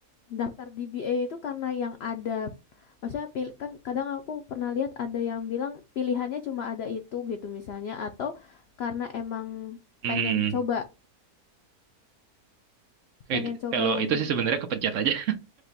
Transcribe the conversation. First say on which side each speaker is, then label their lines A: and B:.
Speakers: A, on the left; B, on the right.
A: daftar DBA itu karena yang ada Maksudnya pilih kan kadang aku pernah lihat ada yang bilang pilihannya cuma ada itu gitu misalnya atau karena emang
B: Hmm.
A: pengen coba pengen
B: It-
A: coba
B: kalau
A: yang
B: itu
A: DBA.
B: sih sebenarnya kepencet aja.